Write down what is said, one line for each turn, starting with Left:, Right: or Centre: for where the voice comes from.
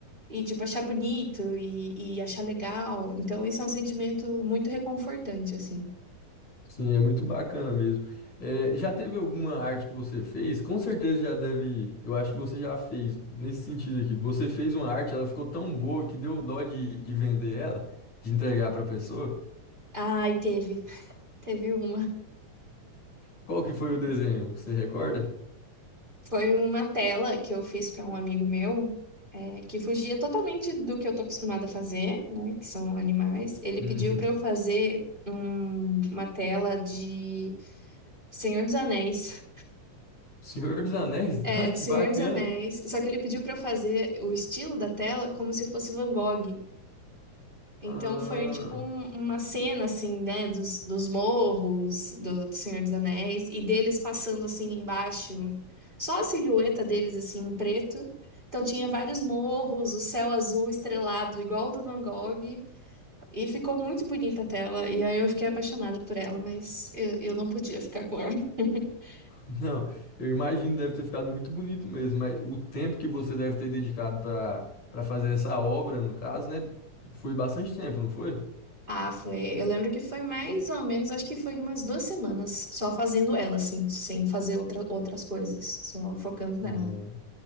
Right: e, tipo, achar bonito e, e achar legal. Então, isso é um sentimento muito reconfortante, assim.
Left: sim, é muito bacana mesmo. É, já teve alguma arte que você fez? Com certeza já deve. Eu acho que você já fez nesse sentido aqui. Você fez uma arte, ela ficou tão boa que deu dó de, de vender ela, de entregar para pessoa.
Right: Ai, teve. Teve uma.
Left: Qual que foi o desenho? Você recorda?
Right: Foi uma tela que eu fiz para um amigo meu, é, que fugia totalmente do que eu tô acostumada a fazer, né? Que são animais. Ele
Left: Uhum.
Right: pediu para eu fazer um- uma tela de Senhor dos Anéis.
Left: Senhor dos Anéis?
Right: É,
Left: <laughs> Ah, que
Right: de Senhor
Left: bacana.
Right: dos Anéis. Só que ele pediu para eu fazer o estilo da tela como se fosse Van Gogh. Então
Left: Ah,
Right: foi tipo um- uma cena assim, né, dos, dos morros do, do Senhor dos Anéis e deles passando assim embaixo, só a silhueta deles assim em preto. Então tinha vários morros, o céu azul estrelado igual o do Van Gogh e ficou muito bonita a tela e aí eu fiquei apaixonada por ela, mas eu, eu não podia ficar com ela. <laughs>
Left: <laughs> não, eu imagino deve ter ficado muito bonito mesmo, mas o tempo que você deve ter dedicado para para fazer essa obra, no caso, né, foi bastante tempo, não foi?
Right: Ah, foi. Eu lembro que foi mais ou menos, acho que foi umas duas semanas só fazendo ela assim, sem fazer outra, outras coisas, só focando nela.
Left: É,